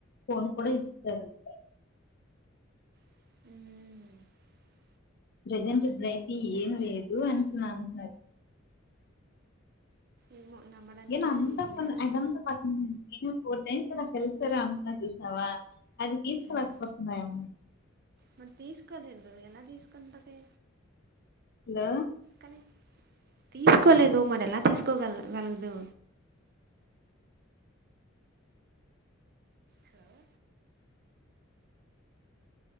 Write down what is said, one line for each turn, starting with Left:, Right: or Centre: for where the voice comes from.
Left: ఫోన్ కూడ ఇచ్చారంట.
Right: మ్
Left: ప్రజెంట్ ఇప్పుడైతే ఏం లేదు అనేసన్ అంటున్నారు.
Right: ఏమో నమ్మడానికి
Left: ఏంది అంతా
Right: వీలు
Left: పన్
Right: లేదు
Left: అదంతా పా <unintelligible> ఓ టైన్త్ నాకు తెలుసురా అంటున్నా చూసావా! అది తీసుకోలేకపోతుంది
Right: ఉమ్
Left: ఆ అమ్మాయి
Right: మరి తీసుకోలేదు కదా! ఎలా తీసుకుంటది?
Left: హలో
Right: కానీ తీసుకోలేదు. మరి ఎలా తీసుకోగల గలదు? హలో